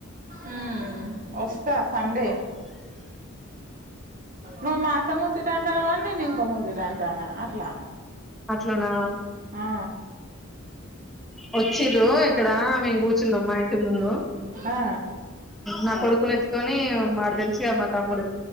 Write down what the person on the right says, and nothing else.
ఉమ్ వస్తా సండే నువ్వు మాతో ముచ్చట అంటానావని నేను ఇంకో ముచ్చట అంటానా అట్లా
ఆ
ఆ